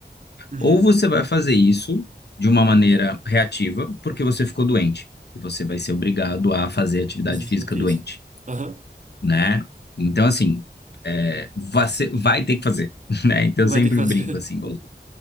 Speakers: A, on the right (about 45°); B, on the left (about 70°).
A: Uhum.
B: Ou você vai fazer isso de uma maneira reativa, porque você ficou doente, e você vai ser obrigado a fazer atividade
A: Exercício
B: física
A: físico.
B: doente,
A: Aham,
B: né? Então, assim, é, você vai ter que fazer, <laughs> né? Então,
A: vai
B: eu sempre
A: ter que fazer.
B: brinco assim, ou